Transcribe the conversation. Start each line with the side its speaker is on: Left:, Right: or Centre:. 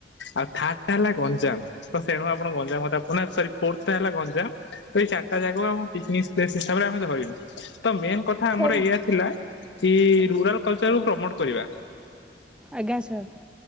Left: ଆଉ ଥାର୍ଡ଼ ଟା ହେଲା ଗଞ୍ଜାମ ତ ସେଣୁ ଆପଣ ଗଞ୍ଜାମ କଥା ମାନେ ସରି ଫୋର୍ଥ ଟା ହେଲା ଗଞ୍ଜାମ ଏଇ ଚାରିଟା ଜାଗାକୁ ଆମେ ପିକନିକ୍ ସ୍ପେସ୍ଳ ହିସାବରେ ଆମେ ଧରିବୁ ତ ମେନ୍ କଥା
Centre: ସାର୍
Left: ଆମର ଏଇଆ ଥିଲା କି ରୁରାଲ କଲଚରକୁୁ ପ୍ରମୋଟ କରିବା।
Centre: ଆଜ୍ଞା ସାର୍।